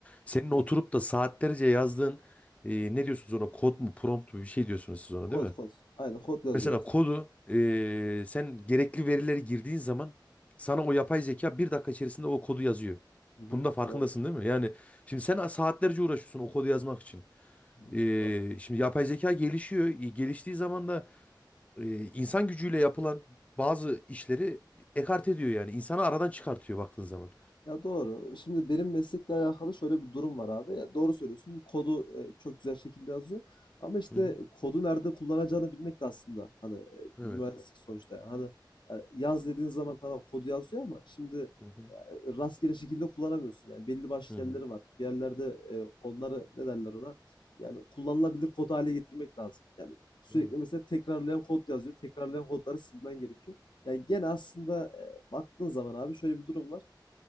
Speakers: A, on the left; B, on the left.
A: senin oturup da saatlerce yazdığın e, ne diyorsunuz ona kod mu prompt mu bir şey diyorsunuz siz ona değil
B: Kod
A: mi?
B: kod. Aynen kod yazıyoruz.
A: Mesela kodu eee, sen gerekli verileri girdiğin zaman sana o yapay zeka bir dakika içerisinde o kodu yazıyor.
B: Hı hı.
A: Bunun da farkındasın
B: Doğru.
A: değil mi? Yani şimdi sen saatlerce uğraşıyorsun o kodu yazmak için.
B: Hı hı.
A: Eee,
B: Doğru.
A: şimdi yapay zeka gelişiyor. E, Geliştiği zaman da e, insan gücüyle yapılan bazı işleri ekarte ediyor yani. İnsanı aradan çıkartıyor baktığın zaman.
B: Ya doğru. Şimdi benim meslekle alakalı şöyle bir durum var abi. Ya doğru söylüyorsun. Kodu e, çok güzel şekilde yazıyor. Ama işte
A: Hı hı.
B: kodu nerede kullanacağını bilmek de aslında hani e,
A: Evet.
B: bir mühendislik sonuçta. Yani. Hani yani yaz dediğin zaman tamam kodu yazıyor ama şimdi
A: Hı hı.
B: e, rastgele şekilde kullanamıyorsun. Yani belli başlı
A: Hı hı.
B: yerleri var. Bir yerlerde e, onları ne derler ona? Yani kullanılabilir kod hale getirmek lazım. Yani sürekli
A: Evet.
B: mesela tekrarlayan kod yazıyor. Tekrarlayan kodları silmen gerekiyor. Yani gene aslında e, baktığın zaman abi şöyle bir durum var